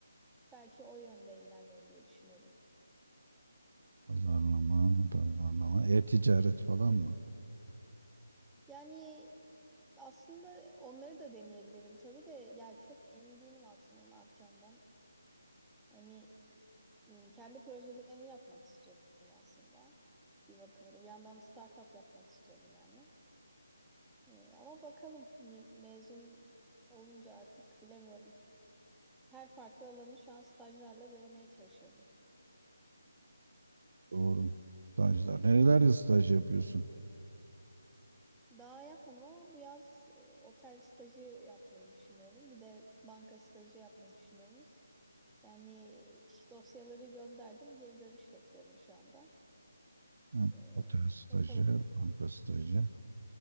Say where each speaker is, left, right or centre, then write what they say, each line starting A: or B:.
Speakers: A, in the centre; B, on the right (about 50°).
A: belki o yönde ilerlerim diye düşünüyorum.
B: pazarlama, pazarlama. E-ticaret falan mı?
A: Yani aslında onları da deneyebilirim tabii de ya çok emin değilim aslında ne yapacağımdan. Hani m, kendi projelerimi yapmak istiyorum aslında. Bir bakıma da bir yandan startup yapmak istiyorum yani. Ee, ama bakalım hani mezun olunca artık bilemiyorum. Her farklı alanı şu an stajlarla denemeye çalışıyorum.
B: Doğru. Stajlar. Nerelerde staj yapıyorsun?
A: Daha yapmadım ama bu yaz e, otel stajı yapmayı düşünüyorum. Bir de banka stajı yapmayı düşünüyorum. Yani e, iş dosyaları gönderdim. Geri dönüş bekliyorum şu anda.
B: Ha,
A: E,
B: otel stajı,
A: bakalım.
B: banka stajı.